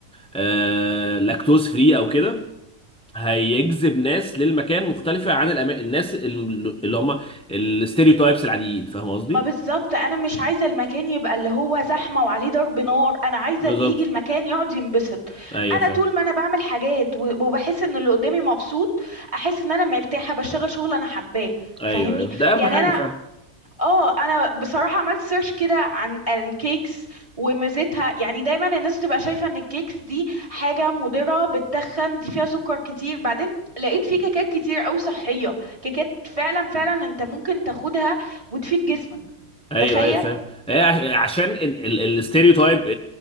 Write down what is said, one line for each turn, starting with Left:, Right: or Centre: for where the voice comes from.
Centre: آه... لاكتوز فري او كده هيجذب ناس للمكان مختلفه عن الأما... الناس ال- اللي هم الستيريوتايبس العاديين فاهم قصدي؟
Right: ما بالظبط انا مش عايزه المكان يبقى اللي هو زحمه وعليه ضرب نار انا عايزه
Centre: بالظبط
Right: اللي يجي المكان يقعد ينبسط
Centre: ايوه
Right: انا
Centre: فاهم
Right: طول ما انا بعمل حاجات و- وبحس ان اللي قدامي مبسوط احس ان انا مرتاحه بشتغل شغل انا حباه
Centre: ايوه
Right: فاهمني
Centre: ايوه ده اهم
Right: يعني
Centre: حاجه
Right: انا
Centre: فعلا
Right: اه انا بصراحه عملت سيرش كده عن عن الكيكس وميزتها يعني دايما الناس تبقى شايفه ان الكيكس دي حاجه مضره بتتخن دي فيها سكر كتير بعدين لقيت في كيكات كتير قوي صحيه كيكات فعلا فعلا انت ممكن تاخدها وتفيد جسمك
Centre: ايوه
Right: تخيل
Centre: ايوه فاهم هي عش- عشان الاستيريوتايب